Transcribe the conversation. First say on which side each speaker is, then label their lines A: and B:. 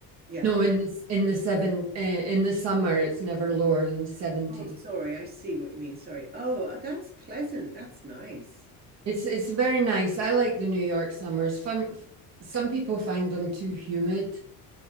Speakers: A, on the right; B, on the right.
A: Yeah.
B: No, in this in the seven uh, in the summer, it's never lower than 70.
A: Oh, sorry. I see what you mean. Sorry. Oh, that's pleasant. That's nice.
B: It's it's very nice. I like the New York summers. Fun, some people find them too humid.